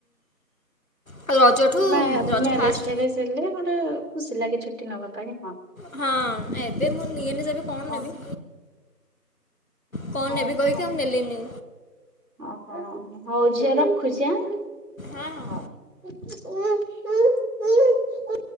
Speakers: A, on the left; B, on the right.
A: ଆଉ ରଜଠୁ
B: ମ୍ୟା ମ୍ୟାରେଜ
A: ରଜ ଫାଷ୍ଟ
B: ଫ୍ୟାରେଜ ହେଲେ ଗୋଟେ ଖୁସି ଲାଗେ ଛୁଟି ନବା ପାଇଁ ହଁ
A: ହଁ ଏବେ ମୁଁ ନିଏନି
B: ହୁଁ।
A: ଯେବେ କଣ
B: ହଁ
A: ନେବି। କଣ
B: ହଉ
A: ନେବି କହିକି
B: ହଉ
A: ଆଉ ନେଲିନି
B: ହଁ, ହଁ ହଉ ଝିଅ ରଖୁଛି ଆ ହଉ।
A: ହଁ ହଁ
B: ଉଁ ଉଁ ଉଁ ଉଁ,